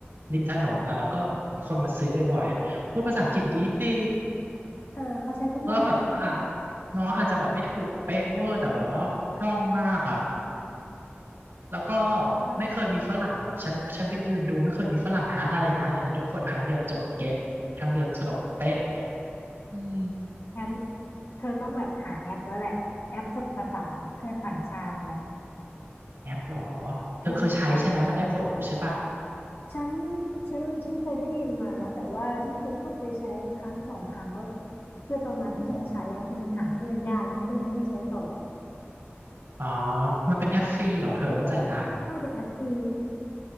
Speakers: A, on the right; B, on the left.
A: ริมถนนนะแล้วก็มีคนมาซื้อบ่อยๆพูดภาษาอังกฤษดีดี
B: เธอเขาใช้ทุกวัน
A: ก็แบบอ่ะน้องอาจจะแบบไม่ถูกเป๊ะเวอร์แต่แบบว่าคล่องมากอ่ะแล้วก็
B: ทุกวัน
A: ไม่เคยมีฝรั่งแบบฉันฉันไปยืนดูไม่เคยมีฝรั่งฮะอะไรนะอะไรนะทุกคนครั้งเดียวจบเก็ตครั้งเดียวจบเป๊ะอืม
B: งั้นเธอต้องแบบหาแอปแล้วแหละแอปฝึกภาษากับเพื่อนต่างชาติเนี่ย
A: แอปเหรอ เธอเคยใช้ใช่ไหมมันได้ผลอยู่ใช่ปะ
B: เออฉันฉันฉันเคยได้ยินมานะแต่ว่าฉันเคยเข้าไปใช้ครั้งสองครั้งแล้วคือตอนนั้นที่ฉันใช้อะคือมันหาเพื่อนยากฉันก็เลยไม่ได้ใช้ต่อ
A: อ๋ออ๋อมันเป็นแอปฟรีเหรอเธอหรือว่าจ่ายตังค์
B: ถ้าเป็นแอปฟรี